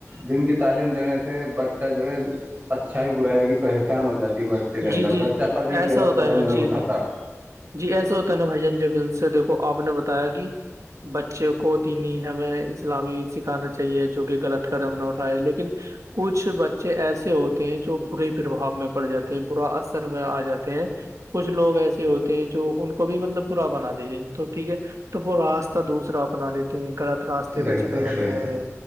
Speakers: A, on the right; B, on the right.
A: دن کی تعلیم دینے سے بچہ جو ہے اچھائی برائی گی پہچان ہو جاتی ہے بچہ لیکن
B: جی
A: در
B: جی جی
A: بچہ کبھی
B: ایسا
A: غلط
B: ہوتا
A: قدم
B: ہے نا
A: نہیں
B: جی
A: اٹھاتا
B: جی جی ایسا ہوتا ہے نا بھائی جان ج سے دیکھو آپ نے بتایا کہ بچے کو دینی ہمیں اسلامی سکھانا چاہیے جو کہ غلط قدم نہ اٹھائے لیکن کچھ بچے ایسے ہوتے ہیں جو برے پرباؤ میں پڑ جاتے برا اثر میں آ جاتے ہیں کچھ لوگ ایسے ہوتے ہیں جو ان کو بھی مطلب برا بنا دیتے ہیں تو ٹھیک ہے تو وہ راستہ دوسرا اپنا لیتے ہیں غلط راستے
A: بے
B: پہ چلے
A: شک
B: جاتے
A: بے شک
B: ہیں